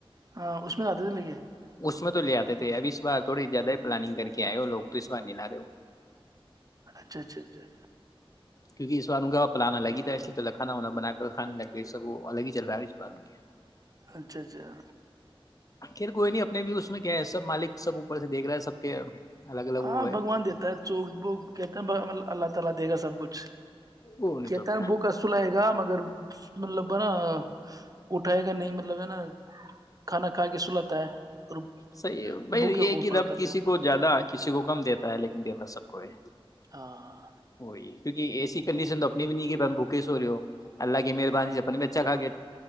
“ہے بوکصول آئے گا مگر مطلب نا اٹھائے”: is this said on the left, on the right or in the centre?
Right